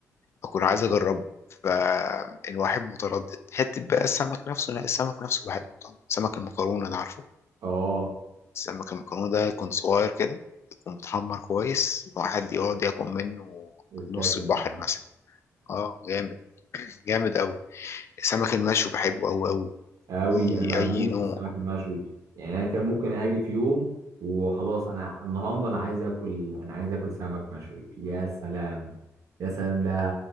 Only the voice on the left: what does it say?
بكون عايز اجربه فالواحد متردد حته بقى السمك نفسه لا السمك نفسه بحبه طبعا سمك المكرونه ده عارفه
سمك المكرونة ده يكون صغير كده يكون متحمر كويس واحد يقعد ياكل منه
نص البحر
مثلا اه جامد <clears throat> جامد أوي السمك المشوي بحبه أوي أوي
أي
أي
نوع